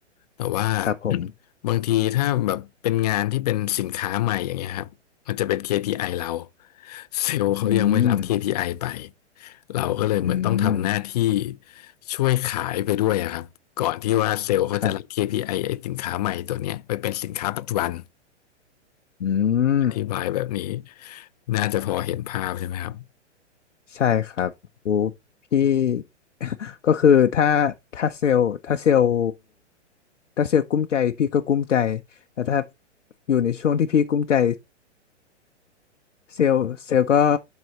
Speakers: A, on the left (about 35°); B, on the left (about 75°).
A: แต่ว่า
B: ครับผม
A: <clears throat> บางทีถ้าแบบเป็นงานที่เป็นสินค้าใหม่อย่างเงี้ยครับมันจะเป็น KPI เราเซลล์เขายังไม่รับ
B: อืม
A: KPI ไอไปเราก็เลยเหมือนต้องทำหน้าที่
B: อืม
A: ช่วยขายไปด้วยอะครับก่อนที่ว่าเซลล์เขาจะรับ
B: ครับ
A: KPI ไอไอ้สินค้าใหม่ตัวเนี้ยไปเป็นสินค้าปัจจุบัน
B: อืม
A: อธิบายแบบนี้น่าจะพอเห็นภาพใช่ไหมครับ
B: ใช่ครับโอ้พี่ <laughs> ก็คือถ้าถ้าเซลล์ถ้าเซลล์ถ้าเซลล์กุ้มใจพี่ก็กุ้มใจแต่ถ้าอยู่ในช่วงที่พี่กุ้มใจเซลล์เซลล์ก็